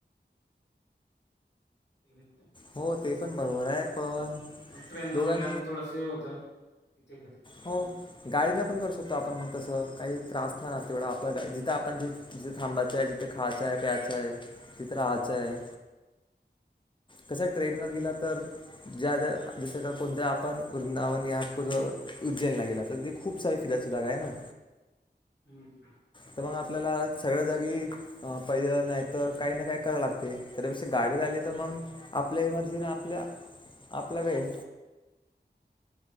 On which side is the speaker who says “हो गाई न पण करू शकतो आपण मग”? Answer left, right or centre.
Left